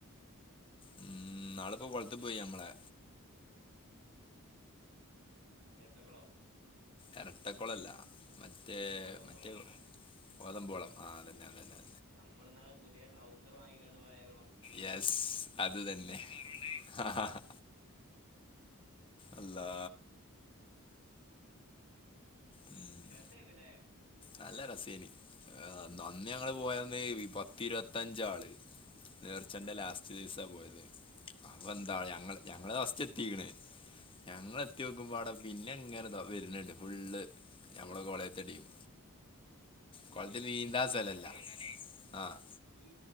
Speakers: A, on the left; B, on the right.
A: ഉം നാളെപ്പോ കൊളത്തി പോയി നമ്മളെ
B: എരട്ടകുളം
A: ഇരട്ടക്കുളല്ല മറ്റേ
B: ഗോതമ്പോ
A: മറ്റേ ഗോതമ്പോളം ആ അതുന്നെ അതന്നെ
B: നമ്മൾ ഇന്നാള് പുതിയ ട്രൗസർ വാങ്ങിക്കാണ്ട് പോയകുളം
A: യെസ് അത് തന്നെ ആ ഹാ ഹാ അള്ളാ ഉം,
B: രസയിരുന്നു അല്ലെ
A: നല്ല രസേനി നന്നി ഞങ്ങള് പോയന്ന് പത്തി ഇരുപത്തഞ്ചാള് നേർച്ചെന്റെ ലാസ്റ്റ് ദിവസാ പോയത് അപ്പൊ ന്താ ഞങ്ങള് ഞങ്ങള ഫസ്റ്റ് എത്തിക്കണേ ഞങ്ങ എത്തി നോക്കുമ്പോൾടെ പിന്നെ എങ്ങനൊ വരുന്നുണ്ട് ഫുള്ള് ഞമ്മള കൊളയത്തെടീയും കൊളത്തി നീന്താ
B: സത്യം
A: സ്ഥലല്ല
B: പറഞ്ഞാലേ
A: ആഹ്
B: ഈ